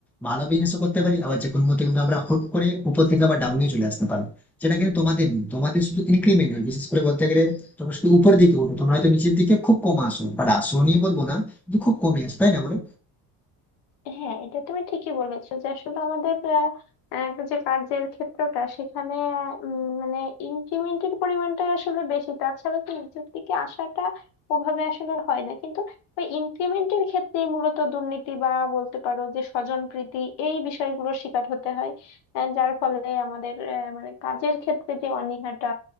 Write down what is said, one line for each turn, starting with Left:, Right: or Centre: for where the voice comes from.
Centre: ভালো বিজনেসও করতে পারি আবার যে কোনো মুহূর্তে কিন্তু আমরা হুট করে উপর থেকে আবার ডাউনে চলে আসতে পারি যেটা কিন্তু তোমাদের নেই তোমাদের শুধু ইনক্রিমেন্ট হয় বিশেষ করে বলতে গেলে তোমরা শুধু উপরের দিকে উঠো তোমরা হয়তো নিচের দিকে খুব কম আসো বাট আসো নিয়ে বলবো না কিন্তু খুব কমই আসো তাই না বলো
Left: হ্যাঁ এটা তুমি ঠিকই বলেছো যে আসলে আমাদের আহ, আহ, যে কাজের ক্ষেত্রটা সেখানে আহ, উম, মানে ইনক্রিমেন্টের পরিমাণটা আসলে বেশি তাছাড়া তো নিচের দিকে আসাটা ওভাবে আসলে হয় না কিন্তু ওই ইনক্রিমেন্টের ক্ষেত্রে মূলত দুর্নীতি বা বলতে পারো যে স্বজনপ্রীতি এই বিষয়গুলোর শিকার হতে হয় আহ, যার ফলে আমাদের আহ, মানে কাজের ক্ষেত্রে যে অনীহাটা